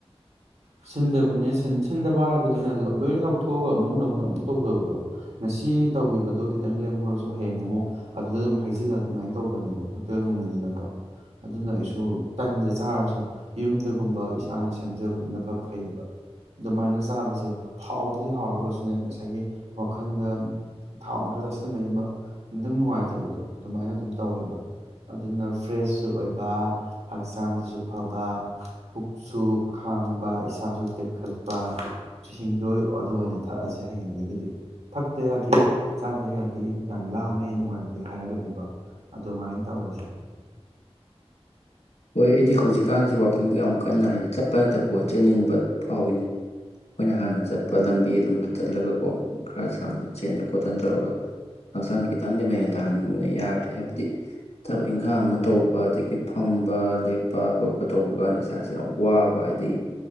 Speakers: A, on the right (about 80°); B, on the left (about 80°).
A: ꯁꯤꯟꯗꯕꯅꯦ ꯁꯤꯟ ꯁꯤꯟꯗꯕ ꯍꯥꯏꯕꯗꯨꯅ ꯂꯣꯏꯅ ꯂꯧꯊꯣꯛꯑꯒ ꯑꯃꯨꯛ ꯅꯧꯅ ꯑꯃꯨꯛ ꯇꯧꯗꯕꯗꯣ ꯉꯁꯤ ꯇꯧꯈꯤꯕꯗꯣ ꯈꯤꯇꯪ ꯂꯦꯝꯍꯧ ꯁꯨ ꯍꯌꯦꯡ ꯑꯃꯨꯛ ꯑꯗꯨꯗ ꯑꯗꯨꯝ ꯍꯩꯖꯤꯜꯂ ꯑꯗꯨꯃꯥꯏꯅ ꯇꯧꯕꯅꯦꯕ ꯍꯣꯇꯦꯜꯒꯨꯝꯕꯅꯤꯅꯀꯣ ꯑꯗꯨꯅ ꯑꯩꯁꯨ ꯇꯟꯁꯦ ꯆꯥꯔꯁꯨ ꯌꯨꯝꯗꯒꯨꯝꯕ ꯏꯁꯥꯅ ꯁꯦꯝꯖꯕꯗꯨꯅ ꯈꯔ ꯐꯩꯌꯦꯕ ꯑꯗꯨꯃꯥꯏꯅ ꯆꯥꯕꯁꯦ ꯍꯥꯎꯕꯨꯗꯤ ꯍꯥꯎꯔꯒꯁꯨꯅꯦ ꯉꯁꯥꯏꯒꯤ ꯋꯥꯈꯜꯗ ꯊꯥꯎ ꯈꯛꯇ ꯆꯥꯁꯤꯟꯕꯩ ꯑꯃ ꯇꯪ ꯅꯨꯡꯉꯥꯏꯇꯕꯗꯣ ꯑꯗꯨꯃꯥꯏꯅ ꯑꯗꯨꯝ ꯇꯧꯋꯦꯕ ꯑꯗꯨꯅ ꯐ꯭ꯔꯦꯁꯁꯨ ꯑꯣꯏꯕ ꯍꯛꯆꯥꯡꯗꯁꯨ ꯐꯕ ꯄꯨꯛꯁꯨ ꯈꯥꯡꯕ ꯏꯁꯥꯁꯨ ꯇꯦꯛꯈꯠꯄ ꯆ ꯍꯤꯡꯗꯣꯏ ꯑꯗꯨ ꯑꯣꯏꯅ ꯊꯛꯑꯁꯦ ꯍꯌꯦꯡꯗꯒꯤꯗꯤ ꯊꯛꯇ ꯌꯥꯗꯦ ꯆꯥꯗ ꯌꯥꯗꯦ ꯌꯥꯝ ꯂꯥꯝꯃꯦ ꯅꯨꯡꯉꯥꯏꯇꯦ ꯍꯥꯏꯔꯒꯗꯤꯀꯣ ꯑꯗꯨꯃꯥꯏꯅ ꯇꯧꯔꯁꯦ
B: ꯍꯣꯏ ꯑꯩꯗꯤ ꯍꯧꯖꯤꯛꯀꯥꯟꯁꯦ ꯋꯥꯛꯀꯤꯡꯕꯨ ꯌꯥꯝ ꯀꯟꯅ ꯍꯥꯏꯗꯤ ꯆꯠꯄ ꯅꯠꯇꯕ ꯆꯦꯟꯅꯤꯡꯕ ꯐꯥꯎꯏꯅꯦ ꯑꯩꯈꯣꯏꯅ ꯍꯥꯟꯅ ꯆꯠꯄ ꯂꯝꯕꯤ ꯑꯗꯨꯣꯝꯗ ꯆꯠꯂꯒꯀꯣ ꯈꯔ ꯁꯥꯡꯅ ꯆꯦꯟꯗ ꯈꯣꯠꯇꯅ ꯇꯧꯔꯒ ꯍꯛꯆꯥꯡꯁꯦ ꯈꯤꯇꯪꯗꯤ ꯃꯌꯥꯡ ꯇꯥꯍꯟꯅꯤꯡꯕꯅ ꯌꯥꯗ꯭ꯔꯦ ꯍꯥꯏꯕꯗꯤ ꯊꯕꯛ ꯏꯪꯈꯥꯡ ꯑꯃ ꯇꯧꯕ ꯑꯗꯒꯤ ꯐꯝꯕ ꯂꯦꯞꯄ ꯆꯠꯄ ꯈꯣꯠꯄ ꯇꯧꯕ ꯀꯥꯟꯗ ꯏꯁꯥꯁꯦ ꯌꯥꯝ ꯋꯥꯕ ꯑꯗꯒꯤ